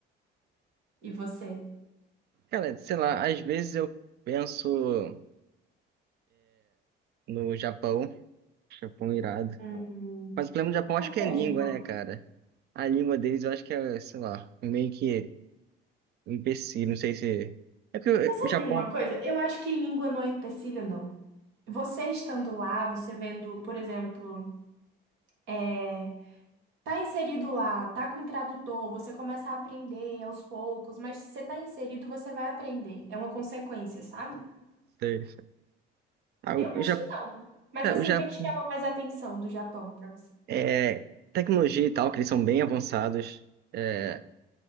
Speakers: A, on the right (about 70°); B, on the right (about 55°).
A: E você?
B: Cara, sei lá, às vezes eu penso no Japão, Japão irado.
A: Hum,
B: Mas o problema do Japão
A: por
B: acho que
A: que
B: é língua,
A: o Japão?
B: né, cara? A língua deles eu acho que é, sei lá, meio que um empecilho, não sei se. É porque
A: Mas sabe
B: o o Japão.
A: de uma coisa? Eu acho que língua não é empecilho, não. Você estando lá, você vendo, por exemplo, é, tá inserido lá, tá com tradutor, você começa a aprender aos poucos, mas se você tá inserido, você vai aprender. É uma consequência, sabe?
B: sei. Ah,
A: Eu
B: o
A: acho
B: Japão.
A: que não. Mas
B: Cara,
A: assim,
B: o Japão.
A: o que é que chama mais atenção do Japão pra você?
B: É, tecnologia e tal, que eles são bem avançados. é,